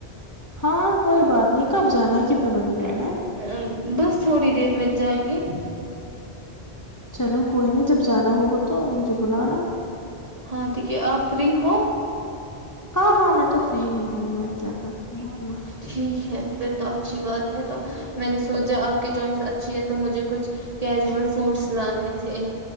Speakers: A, on the left (about 20°); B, on the right (about 35°).
A: ہاں کوئی بات نہیں کب جانا ہے کتنے بجے جانا ہے
B: ا بس تھوڑی دیر میں جائیں گے
A: چلو کوئی نہیں جب جانا ہوگا تو تو مجھے بلانا
B: ہاں ٹھیک ہے آپ فری ہو
A: ہاں ہاں میں تو فری ہی ہوں میں کیا کرتی ہوں
B: ٹھیک ہے پھر تو اچھی بات ہے تو میں نے سوچا آپ کی چوائس اچھی ہے تو مجھے کچھ کیجول سوٹس لانے تھے